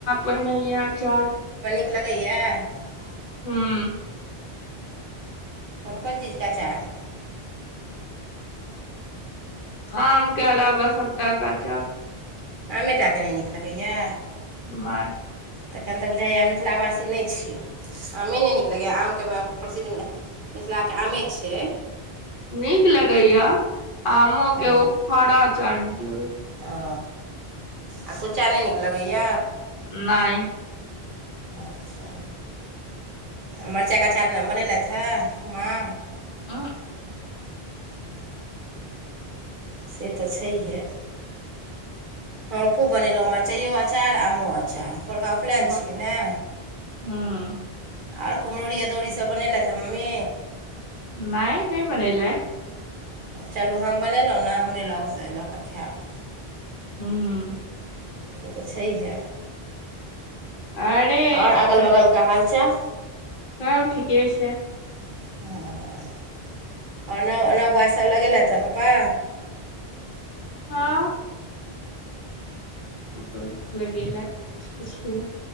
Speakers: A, on the left (about 55°); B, on the right (about 55°).
A: पहिने यह अचार
B: लगैये
A: हूँ
B: कोन कोन चीजके अचार
A: आम के अलावा सबटाके अँचार
B: अमेटाके नहि नीक लगैए
A: नहि
B: तखन तऽ बुझाइए मिथिलावासी नहि छी आमे नहि नीक लगैए आमके प्रसिद्ध मिथिलाके आमे छै
A: नीक लगैय आमो
B: हँ
A: के ओ फांरा अचार नीक लगैय
B: ओ आ कुच्चा नहि नीक लगैय
A: नहि
B: अच्छा मरचाइ के अंचार बनेलथि हे माँ
A: उहूं
B: से तऽ छैहे हम खूब बनेलहुँ मिरचाइओ अचार आमो अचार पोड़का उपलैन
A: वाह
B: छियै ने
A: हूं
B: आओर कुमरौरी अदौरी सभ बनेलथि हें मम्मी
A: नहि नहि बनेलथि
B: चलू हम बनेलहुँ ने हमरे लगसँ लऽ कऽ खायब
A: हूँ
B: से तऽ छैहे
A: अरे
B: आओर अगल
A: अरे
B: बगलके हालचाल
A: सब ठीके छै
B: <inaudible> आओर नव नवगाछ सभ लगेलथि हे पप्पा
A: हँ तऽ लगेलथि किछ किछु के